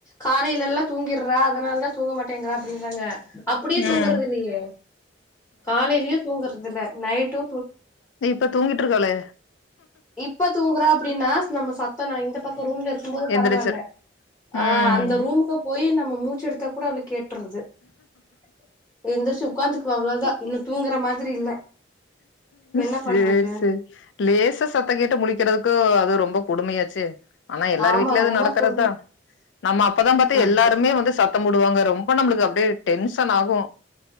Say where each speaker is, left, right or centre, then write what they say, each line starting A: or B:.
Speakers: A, on the left; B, on the left.
A: காலையிலல்லா தூங்கிட்றா அதனால தா தூங்க மாட்டேங்கறா அப்டின்றாங்க அப்புடியே தூங்குறது
B: ம்.
A: இல்லையே காலையிலயே தூங்குறதுல நைட்டு
B: தோ இப்ப தூங்கிட்டு இருக்கலே
A: இப்ப தூங்குறா அப்டின்னா நம்ம சத் த நா இந்த பக்கோ ரூம்ல இருக்கும் போது
B: எந்திரிச்சிரு
A: பரவால்ல ஆஹ்
B: ம்
A: அந்த ரூமுக்கு போய் நம்ம மூச்சு எடுத்தா கூட அவுலுக் <unintelligible> எந்திரிச்சு உட்காந்துக்குவா அவ்ளோதா இன்னு தூங்குற மாதிரி இல்ல என்ன
B: சேரி
A: பண்றது
B: சேரி லேச சத்தோ கேட்டு முழிக்கறதுகோ <unintelligible> அது ரொம்ப கொடுமையாச்சே ஆனா எல்லார்
A: ஆமா
B: வீட்லயு அது
A: ரொம்ப
B: நடறதுதா
A: கொடும
B: நம்ம அப்பதா பாத்தா எல்லாருமே
A: ஆமா
B: வந்து சத் தம் முடுவாங்க ரொம் ப நம்ளுக்கு அடியேடென் ஷன் ஆகு